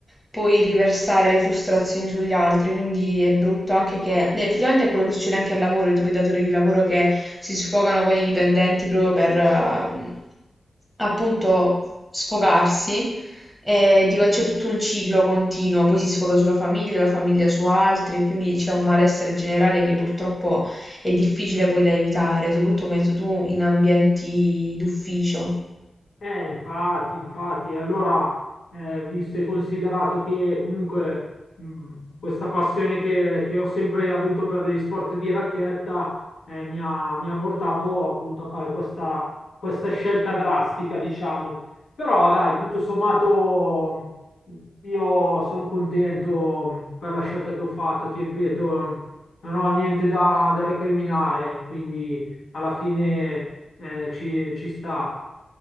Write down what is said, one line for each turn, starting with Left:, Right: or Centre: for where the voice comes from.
Centre: poi riversare le frustrazioni sugli altri, quindi è brutto anche che eh, effettivamente è quello che succede anche al lavoro, tipo i datori di lavoro che si sfogano con i dipendenti proprio per ehm, appunto sfogarsi. E dico, c'è tutto un ciclo continuo, poi si sfoga sulla famiglia, la famiglia su altri, e quindi c'è un malessere generale che purtroppo è difficile poi da evitare, soprattutto come hai detto tu in ambienti d'ufficio.
Left: Eh, infatti, infatti, allora, eh, visto e considerato che comunque mh, questa passione che, che ho sempre avuto per gli sport di racchetta eh, mi ha, mi ha portato appunto a fare questa, questa scelta drastica, diciamo. Però dai, tutto sommato mh, io sono contento per la scelta che ho fatto, ti ripeto, non ho niente da, da recriminare, quindi alla fine eh, ci, ci sta.